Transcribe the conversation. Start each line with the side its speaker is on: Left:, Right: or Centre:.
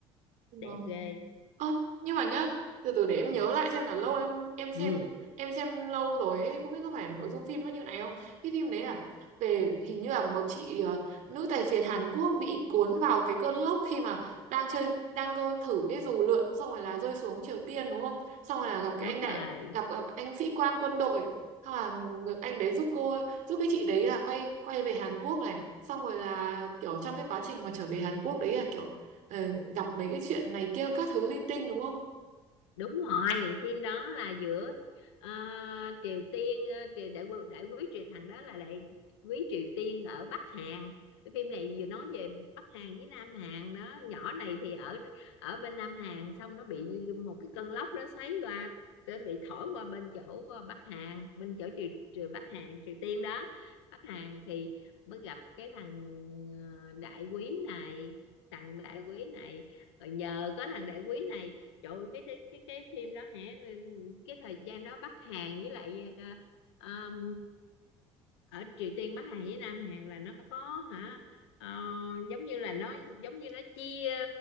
Right: Vâng.
Left: đẹp ghê
Right: Ơ, nhưng mà nhá, từ từ để em nhớ lại xem là lâu em em xem
Left: ừ
Right: em xem lâu rồi ấy, không biết có phải nội dung phim nó như này không? Cái phim đấy là về hình như là một chị ờ, nữ tài phiệt Hàn Quốc bị cuốn vào cái cơn lốc khi mà đang chơi đang cơ thử cái dù lượn xong rồi là rơi xuống Triều Tiên đúng không? Xong rồi là gặp cái
Left: đúng
Right: anh đại
Left: rồi
Right: gặp gặp anh sĩ quan quân đội Xong là người- anh đấy giúp cô giúp cái chị đấy là quay quay về Hàn Quốc này xong rồi là kiểu trong cái quá trình mà trở về Hàn Quốc đấy là kiểu ờ, gặp mấy cái chuyện này kia các thứ linh tinh đúng không?
Left: đúng rồi phim đó là giữa ờ, Triều Tiên ờ, triều đại, quy- đại quý triều thằng đó là đại quý Triều Tiên ở Bắc Hàn cái phim này vừa nói về Bắc Hàn với Nam Hàn đó nhỏ này thì ở ở bên Nam Hàn xong nó bị một cái cơn lốc đó xoáy qua để bị thổi qua bên chỗ ờ, Bắc Hàn bên chỗ triều, triều Bắc Hàn Triều Tiên đó Bắc Hàn thì mới gặp cái thằng ờ, đại quý này thằng đại quý này rồi nhờ có thằng đại quý này trời ơi, cái cái cái, cái phim đó hả Ừ, cái thời gian đó Bắc Hàn với lại ờ, ờm, ờ, ở Triều Tiên Bắc Hàn với Nam Hàn là nó có hả ờ, giống như là nó giống như nó chia